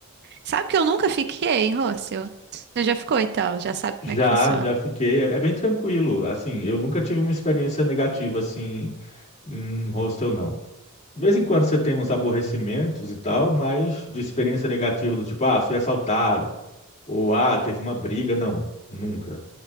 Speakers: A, on the right (about 50°); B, on the left (about 30°).
A: Sabe que eu nunca fiquei, Rôssio? Você já ficou, então? Já sabe como
B: Já,
A: é que funciona.
B: já fiquei, é é bem tranquilo. Assim, eu nunca tive uma experiência negativa assim em hostel, não. De vez em quando você tem uns aborrecimentos e tal, mas de experiência negativa do tipo, ah, fui assaltado Ou, ah, teve uma briga. Não, nunca.